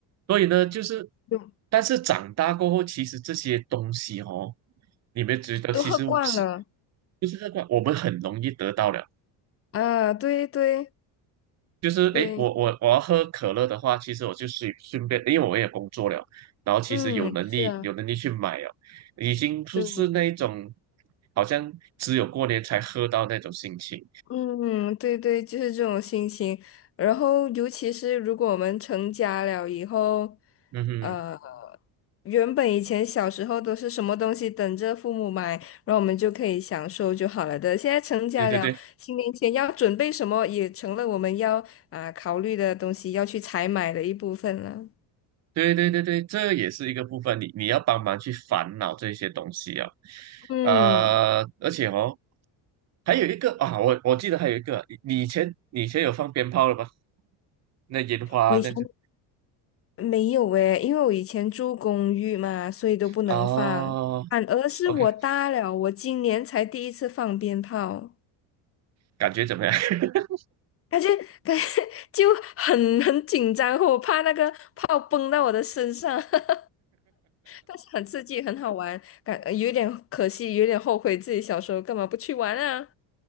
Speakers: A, on the right (about 35°); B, on the left (about 30°).
A: 所以呢，就是，
B: 都
A: 但是长大过后，其实这些东西哦，你们觉得其实是
B: 都喝惯了。
A: 就是那个我们很容易得到了，
B: 啊，对对
A: 就是诶，
B: 对，
A: 我我我要喝可乐的话，其实我就随顺便，因为我也工作了，然后其实有能力有能力去买哦，
B: 嗯，是啊，
A: 已经不是那一种
B: 对，
A: 好像只有过年才喝到那种心情。
B: 嗯，对对，就是这种心情。然后，尤其是如果我们成家了以后，
A: 嗯哼，
B: 呃，原本以前小时候都是什么东西等着父母买，然后我们就可以享受就好了的。现在成家了，
A: 对对对，
B: 新年前要准备什么，也成了我们要啊、考虑的东西，要去采买的一部分了。
A: 对对对对，这也是一个部分，你你要帮忙去烦恼这些东西啊，
B: 嗯。
A: 呃，而且哦，还有一个啊，我我记得还有一个，你你以前你以前有放鞭炮了吗？那烟花这样子
B: 我以前。没有诶，因为我以前住公寓嘛，所以都不能放。
A: 啊
B: 反而是我大了，
A: ，OK，
B: 我今年才第一次放鞭炮，
A: 感觉怎么样？<laughs>
B: 感觉感觉 <laughs> 就很很紧张，我怕那个炮崩到我的身上，<laughs> 但是很刺激，很好玩，感有点可惜，有点后悔自己小时候干嘛不去玩啊。